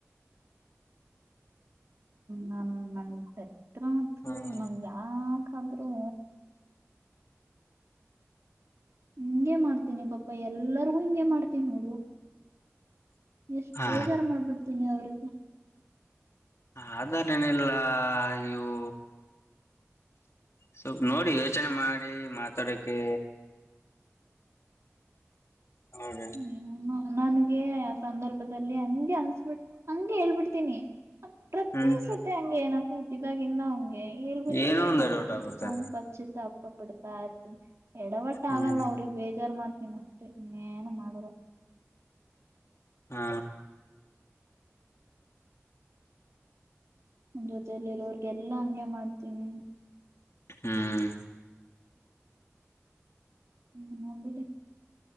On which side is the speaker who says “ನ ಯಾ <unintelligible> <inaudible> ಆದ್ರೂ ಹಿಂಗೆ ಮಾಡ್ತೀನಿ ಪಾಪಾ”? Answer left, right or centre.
Right